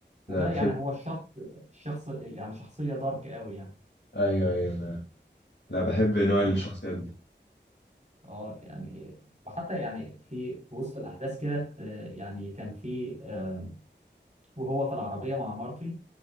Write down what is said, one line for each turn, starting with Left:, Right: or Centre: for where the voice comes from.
Right: وبقى
Left: لا الفكرة
Right: يعني هو الشخص الشخص يعني شخصية دارك قوي يعني
Left: ايوه ايوه أيوة. لا بحب نوع الشخصيات دي
Right: اه يعني وحتى يعني في في وسط الاحداث كده آه، يعني كان في آه، وهو في العربيه مع مارتي